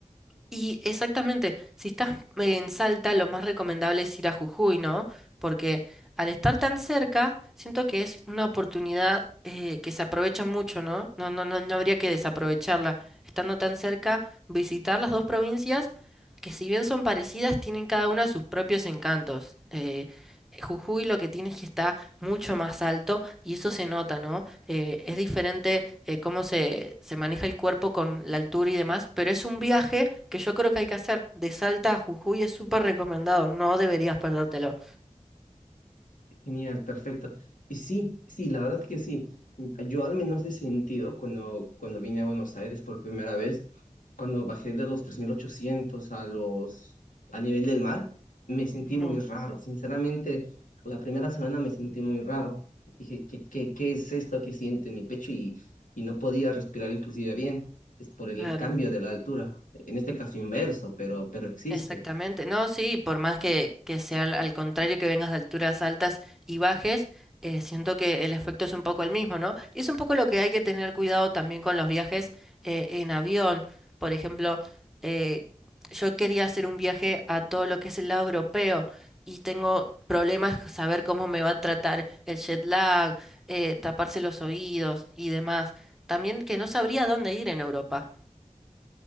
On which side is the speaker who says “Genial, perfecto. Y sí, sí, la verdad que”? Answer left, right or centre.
Left